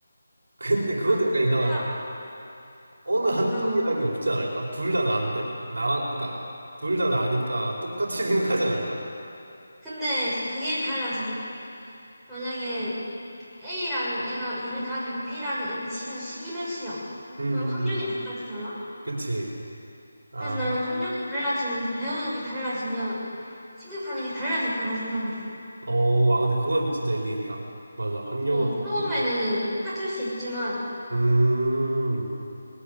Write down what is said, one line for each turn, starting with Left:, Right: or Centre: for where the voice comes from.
Right: 근데 그것도
Centre: 그냥
Right: 약간 이상하다.
Centre: 다,
Right: 어느 한쪽이란
Centre: 어떤 거.
Right: 게 없지 않을까? 둘 다 나인데? 나랑, 그러니까, 둘 다 나니까 똑같이 <laughs> 생각하지 않을까?
Centre: 근데 이제 그게 달라지겠지. 만약에 A라는 애가 일을 다니고 B라는 애는 집에서 쉬기만 쉬어.
Right: 음,
Centre: 그럼 환경이
Right: 음, 음.
Centre: 달라지잖아?
Right: 그치. 아,
Centre: 그래서 나는 환경이 달라지면서 배우는 게 달라지면 생각하는 게 달라질 거라 생각을 해.
Right: 어, 아, 근데 그건 진짜 일리 있다. 맞아. 환경은
Centre: 어,
Right: 또
Centre: 처음에는
Right: 큰,
Centre: 똑같을 수 있지만,
Right: 음,